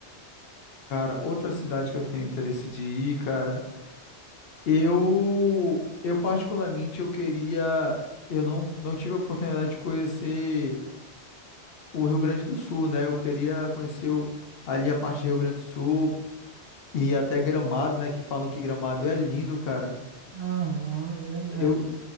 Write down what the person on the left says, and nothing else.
Cara, outra cidade que eu tenho interesse de ir, cara, eu eu particularmente eu queria, eu não não tive a oportunidade de conhecer o Rio Grande do Sul, né? Eu queria conhecer o- ali a parte do Rio Grande do Sul e até Gramado, né, que falam que Gramado é lindo, cara.
Eu